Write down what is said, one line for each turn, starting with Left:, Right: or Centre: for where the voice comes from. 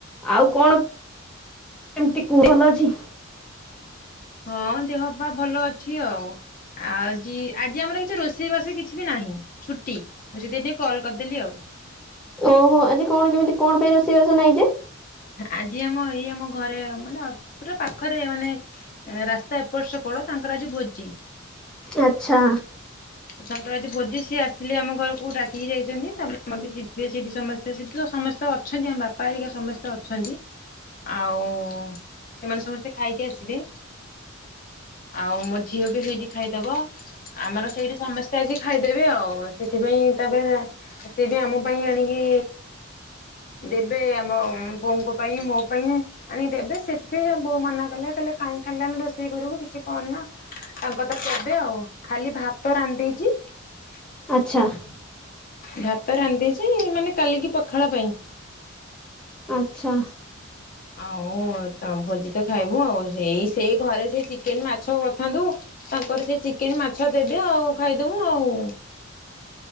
Centre: ଆଉ କଣ କେମିତି କୁହଲ ଅଛି।
Left: ହଁ ଦେହ ବା ଭଲ ଅଛି ଆଉ। ଆଉଜି ଆଜି ଆମର କିଛି ରୋଷେଇବାସ କିଛି ବି ନାହିଁ ଛୁଟି ମୁଁ ସେଥି ଟିକେ କଲ୍ କରିଦେଲି ଆଉ।
Centre: ଓହୋ ଆଜି କଣ କେମିତି କଣ ପାଇଁ ରୋଷେଇବାସ ନାହିଁ ଯେ?
Left: ଆଜି ଆମ ଏଇ ଆମ ଘରେ ମାନେ ପୁରା ପାଖରେ ମାନେ ଏ ରାସ୍ତା ଏପଟ ସେପଟ ତାଙ୍କର ଆଜି ଭୋଜି
Centre: ଆଚ୍ଛା।
Left: ତାଙ୍କର ଆଜି ଭୋଜି ସିଏ ଆସିଥିଲେ ଆମ ଘରକୁ ଡାକିକି ଯାଇଛନ୍ତି ତାପରେ ଆମର ବି ଯିବେ ସେଇଠି ସମସ୍ତେ ସେଠି ତ ସମସ୍ତେ ଅଛନ୍ତି ଆମ ବାପା ଆରିକା ସମସ୍ତେ ଅଛନ୍ତି। ଆଉ ସେମାନେ ସମସ୍ତେ ଖାଇକି ଆସିବେ। ଆଉ ମୋ ଝିଅ ବି ସେଇଠି ଖାଇଦବ ଆମର ସେଇଠି ସମସ୍ତେ ଆଜି ଖାଇଦେବେ ଆଉ ସେଥିପାଇଁ ତାପରେ ସିଏ ବି ଆମ ପାଇଁ ଆଣିକି ଦେବେ ଆମ ପୁଅଙ୍କ ପାଇଁ ମୋ ପାଇଁ ଆଣି ଦେବେ ସେଥିପାଇଁ ବୋଉ ମନା କଲେ କହିଲେ କାହିଁ ଆମେ ରୋଷେଇ କରିବୁ କିଛି କ ନା ତାଙ୍କ ତ ଦେବେ ଆଉ ଖାଲି ଭାତ ରାନ୍ଧିଦେଇଛି।
Centre: ଆଚ୍ଛା
Left: ଭାତ ରାନ୍ଧିଛି ମାନେ କାଲିକି ପଖାଳ ପାଇଁ
Centre: ଆଚ୍ଛା।
Left: ଆଉ ତମ ଭୋଜି ତ ଖାଇବୁ ଆଉ ସେଇ ସେଇ ଘରେ ସେଇ ଚିକେନ ମାଛ କରିଥାନ୍ତୁ ତାଙ୍କର ସେ କି ମାଛ ଦେବେ ଆଉ ଖାଇଦବୁ ଆଉ